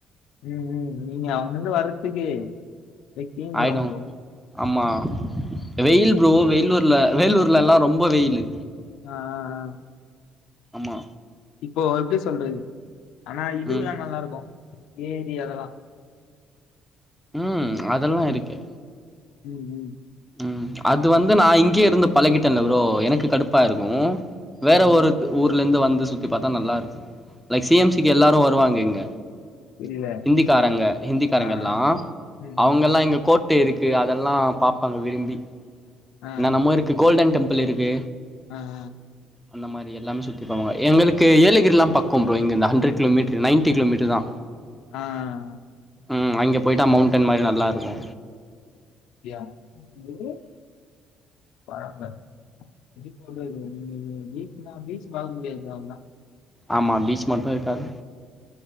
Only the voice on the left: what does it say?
ம் ம் நீங்க அங்கருந்து வரத்துக்கு அப்டியே தீஞ்சுரு
ப்ரோ
ஆ ஆ ஆ
இப்போ எப்டி சொல்றது ஆனா இதுல்லா
நல்லாருக்கு ஏரி அதெலா
ம் ம்
ம்
ம்
புரில
ஆ ஆ
ம்
ம்
ஆ
ஆ ஆ
ஆ ஆ அ
யா என்னது பாராங்காது பீச் பாக்க முடியாது நீங்க பீச்னா பீச் பாக்க முடியாது ப்ரோ அவ்ளதா